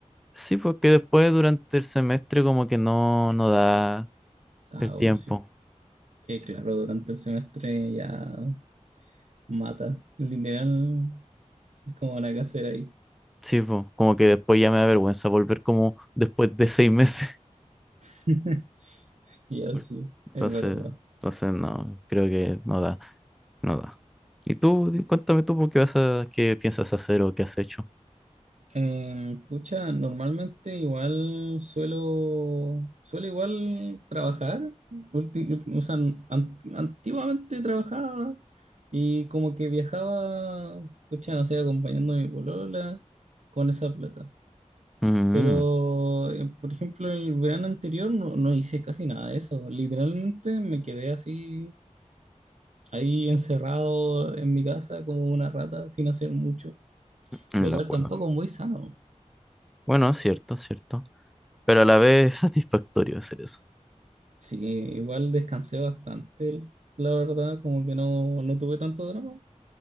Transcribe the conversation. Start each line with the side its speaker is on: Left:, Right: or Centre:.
Centre: sí, porque después durante el semestre como que no, no da
Right: Ah,
Centre: el tiempo.
Right: bueno, sí. Que claro, durante el semestre ya mata. Literal, es como una casera ahí.
Centre: Sí, pues, como que después ya me da vergüenza volver como después de seis meses.
Right: <laughs>
Centre: <laughs>
Right: Ya,
Centre: Por-
Right: sí,
Centre: Entonces,
Right: es verdad.
Centre: entonces no, creo que no da, no da. Y tú, di- cuéntame tú, po, ¿qué vas a, qué piensas hacer o qué has hecho?
Right: Em, pucha, normalmente igual suelo, suelo igual trabajar. Ulti- ulti- o sea, an- antiguamente trabajaba y como que viajaba, pucha, no sé, acompañando a mi polola con esa plata.
Centre: Mm,
Right: Pero, eh, por ejemplo, el verano anterior no, no hice casi nada de eso. Literalmente me quedé así, ahí encerrado en mi casa como una rata sin hacer mucho,
Centre: en
Right: lo
Centre: la
Right: cual
Centre: cueva.
Right: tampoco es muy sano.
Centre: Bueno, cierto, cierto. Pero a la vez <laughs> es satisfactorio hacer eso.
Right: Sí, igual descansé bastante, el- la verdad, como que no, no tuve tanto drama.